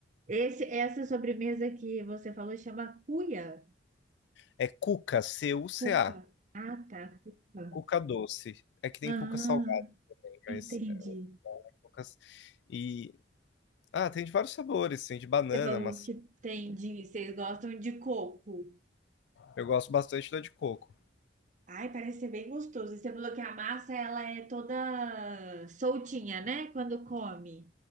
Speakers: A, on the right; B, on the left.
A: Esse, essa sobremesa que você falou chama cuia?
B: É cuca, C-U-C-A,
A: Cuca. Ah, tá, cuca.
B: cuca doce. É que tem
A: Ah,
B: cuca salgada, aí,
A: entendi.
B: mas é cuca... E... Ah, tem de vários sabores, tem de banana,
A: Você falou
B: maçã,
A: que tem de, vocês gostam de coco.
B: Eu gosto bastante da de coco.
A: Ai, parece ser bem gostoso. E você falou que a massa, ela é toda soltinha, né? Quando come.